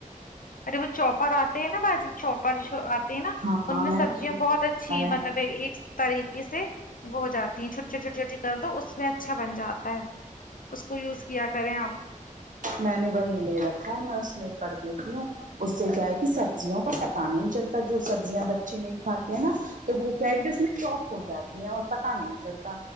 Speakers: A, on the left; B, on the right.
A: ارے وہ چوپر آتے ہیں نہ باجی چوپرش آتے ہیں نہ
B: ہاں
A: ان
B: ہاں
A: میں سبزیاں
B: نے
A: بہت اچھی مطلب ا ایک طریقے سے وہ ہو جاتی ہیں چھوٹی چھوٹی چھوٹی چھوٹی کر دو اس میں اچھ اچھا بن جاتا ہے اس کو یوز کیا کریں آپ
B: میں نے وہی لے رکھا ہے میں اس میں کر دیتی ہوں اس سے کیا ہے کہ سبزیوں کا پتا نہیں چلتا جو سبزیاں بچے نہیں کھاتے ہیں نہ وہ کیا
A: ہمم
B: ہے کہ اس میں چوپ ہو جاتی ہے اور پتہ نہیں چلتا